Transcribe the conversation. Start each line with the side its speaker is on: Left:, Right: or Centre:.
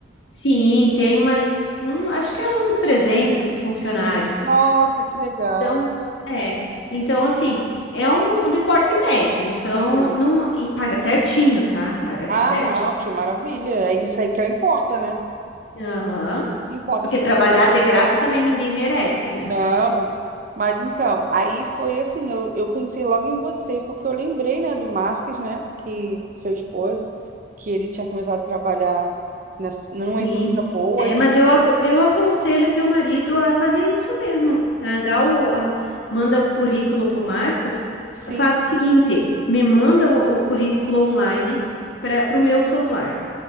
Left: sim, tem umas, um, acho que é uns trezentos funcionários.
Right: Nossa, que legal.
Left: Então, é, então assim, é um um de porte médio, então
Right: Uhum.
Left: não, e paga certinho, tá? Paga
Right: Ah,
Left: certinho.
Right: não, que maravilha. É isso aí que importa, né?
Left: Aham.
Right: É Isso que importa.
Left: Porque trabalhar
Right: Mas,
Left: de graça também ninguém merece, né?
Right: não. Mas então, aí foi assim, eu, eu pensei logo em você, porque eu lembrei, né, do Marques, né, que seu esposo, que ele tinha começado a trabalhar nessa, numa
Left: Sim.
Right: empresa boa.
Left: É,
Right: E eu,
Left: mas eu, aco- eu aconselho teu marido a fazer isso mesmo. Ah, dá o, ah, manda o currículo pro Marcos.
Right: sim,
Left: Faz o seguinte, me manda o, o currículo online para pro meu celular.